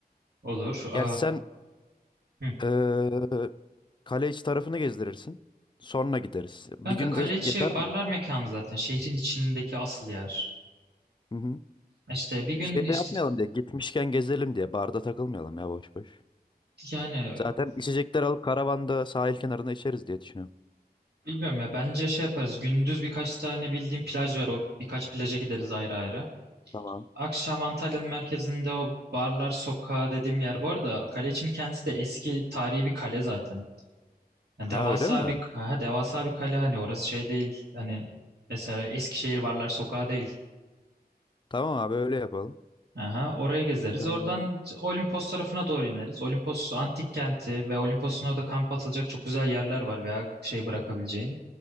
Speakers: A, on the right; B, on the left.
A: Olur. Ee,
B: Gerçi sen
A: hı.
B: ee, kale içi tarafını gezdirirsin. Sonra gideriz. Bir
A: Kanka
B: günde
A: kale içi
B: yeter
A: barlar
B: mi?
A: mekanı zaten. Şehrin içindeki asıl yer.
B: Hı hı.
A: İşte bir gün
B: Şey
A: işte
B: de yapmayalım diye. Gitmişken gezelim diye. Barda takılmayalım ya boş boş.
A: yani
B: Zaten içecekler alıp karavanda sahil kenarında içeriz diye düşünüyorum.
A: Bilmiyorum ya bence şey yaparız. Gündüz birkaç tane bildiğim plaj var. O birkaç plaja gideriz ayrı ayrı.
B: Tamam.
A: Akşam Antalya'nın merkezinde o barlar sokağı dediğim yer. Bu arada kale içini kendisi de eski tarihi bir kale zaten. Yani
B: Ha
A: devasa
B: öyle mi?
A: bir aha, devasa bir kale hani orası şey değil. Hani mesela Eskişehir Barlar Sokağı değil.
B: Tamam abi öyle yapalım.
A: Aha, oraya gezeriz.
B: Ee,
A: Oradan Olimpos tarafına doğru ineriz. Olimpos antik kenti ve Olimpos'un orada kamp atılacak çok güzel yerler var veya şey bırakabileceğin.